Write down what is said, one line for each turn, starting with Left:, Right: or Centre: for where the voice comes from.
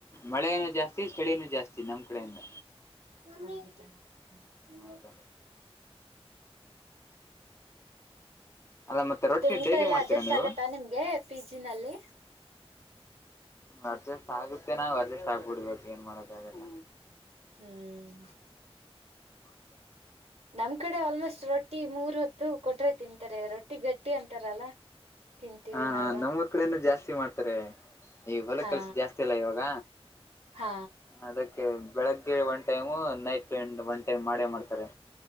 Left: ಮಳೆನ ಜಾಸ್ತಿ ಚಳಿನೂ ಜಾಸ್ತಿ ನಮ್ ಕಡೆಯಿಂದ
Right: ಹ್ಮ ಹ್ಮ
Left: ಹೌದಾ ಅಲ್ಲ
Right: ಮತ್ತೆ
Left: ರೊಟ್ಟಿ
Right: ಊಟ
Left: ಡೈಲಿ
Right: ಎಲ್ಲಾ
Left: ಮಾಡ್ತೀರಾ
Right: ಅಡ್ಜಸ್ಟ್
Left: ನೀವು
Right: ಆಗತ್ತಾ ನಿಮ್ಗೆ ಪಿಜಿನಲ್ಲಿ
Left: ಅರ್ಜಸ್ಟ್ ಆಗುತ್ತೆ ನಾ ವರ್ಜಸ್ಟ್ ಆಗ್ಬಿಡ್ಬೇಕು ಏನ್ ಮಾಡೋಕ್ಕಾಗಲ್ಲ
Right: ಹ್ಮ್
Left: ಮಾಸ್ತರ್ <inaudible>
Right: ನಮ್ ಕಡೆ ಆಲ್ಮೋಸ್ಟ್ ರೊಟ್ಟಿ ಮೂರ್ ಹೊತ್ತು ಕೊಟ್ರೆ ತಿಂತಾರೆ ರೊಟ್ಟಿ ಗಟ್ಟಿ ಅಂತಾರಲ್ಲ ತಿಂತೀವಿ
Left: ಹಾ
Right: ನಾವು
Left: ನಮ್ಮೂಊರ್ ಕಡೆನು ಜಾಸ್ತಿ ಮಾಡ್ತಾರೆ ಈಗ ಹೊಲ
Right: ಹಾ
Left: ಕೆಲ್ಸ ಜಾಸ್ತಿ ಅಲ್ಲ ಇವಾಗ
Right: ಹಾ
Left: ಅದಕ್ಕೆ ಬೆಳಗ್ಗೆ one time night one time ಮಾಡೇ ಮಾಡ್ತಾರೆ